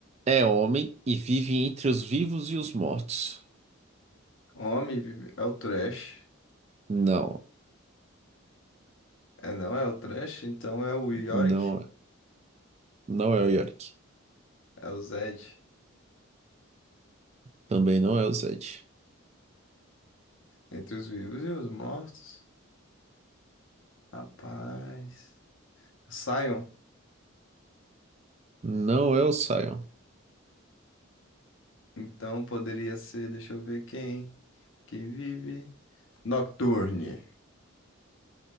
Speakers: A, on the right; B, on the left.
A: é homem e vive entre os vivos e os mortos.
B: Homem, vive- é o Thresh.
A: Não,
B: É, não é o Thresh, então é o Yorick,
A: não, é- não é o Yorick.
B: é o Zed.
A: Também não é o Zed.
B: Entre os vivos e os mortos. Rapaz. Sion.
A: Não é o Sion.
B: Então poderia ser, deixa eu ver quem. Que vive. Nocturne.